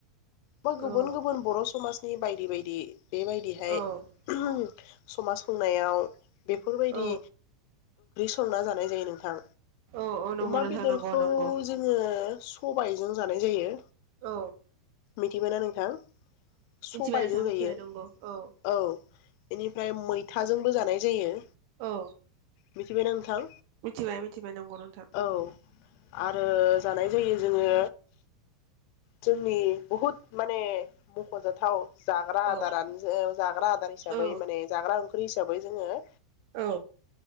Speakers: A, on the right; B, on the left.
A: नंगौ
B: बा गुबुन गुबुन
A: नोंथां
B: बर' समाज नि बायदि बायदि। बेबायदिहाय
A: नंगौ औ
B: ओम समाज खुंनायाव बे फोरबायदि
A: औ
B: संना जानाय जायो नों थां
A: औ नंगौ
B: अमा
A: नोंथां
B: बेदरखौ
A: नंगौ नंगौ
B: जोङो सबाइजों जानाय जायो।
A: औ
B: मिथिमोना नोंथां? सबायजों
A: मिथिबाय नोंथां
B: जायो
A: मिथिबाय नंगौ औ।
B: औ बेनिफ्राय मैथाजोंबो जानाय जायो।
A: औ
B: मिथिबायना नोंथां?
A: मिथिबाय मिथिबाय नंगौ नोंथां
B: औ आरो जानाय जायो जोङो जोंनि बुहुद माने मख'जाथाव जाग्रा
A: औ
B: आदारानो जाग्रा आदार हिसाबै
A: औ
B: माने जाग्रा ओंख्रि हिसाबै बै जोङो ओ
A: औ